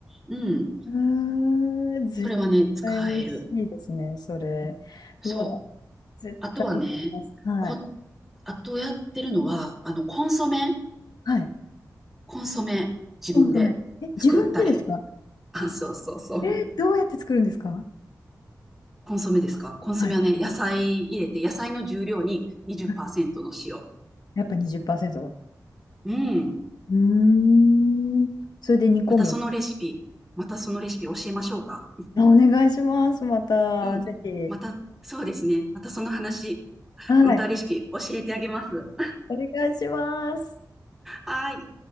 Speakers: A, in the centre; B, on the left.
A: うん。
B: うーん、絶対美味しいですね、
A: それはね、使える。
B: それ。
A: そう。
B: うわ、絶対できます。
A: あとはね、
B: はい。
A: こ、あとやってるのは、あの、コンソメ、
B: はい。
A: コンソメ、自分で作ったり。
B: コンソメ。え、自分でですか
A: あ、そうそうそう。
B: えーどうやって作るんですか
A: コンソメですかコンソメはね、
B: はい。
A: 野菜入れて、野菜の重量に20%
B: はい
A: の塩。
B: やっぱ20%。
A: うん。
B: うーん。それで煮込む。
A: またそのレシピ、またそのレシピ教えましょうか
B: あ、お願いします。また、
A: うん。
B: ぜひ。
A: また、そうですね。またその話、
B: はい。
A: またレシピ教えてあげます。
B: お願いします。
A: はーい。